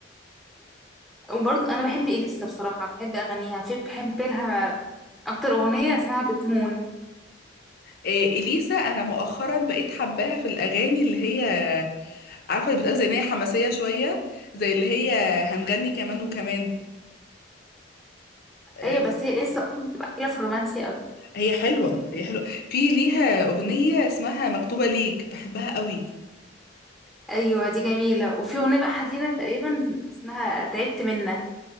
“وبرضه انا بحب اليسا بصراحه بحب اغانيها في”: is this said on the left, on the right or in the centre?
Centre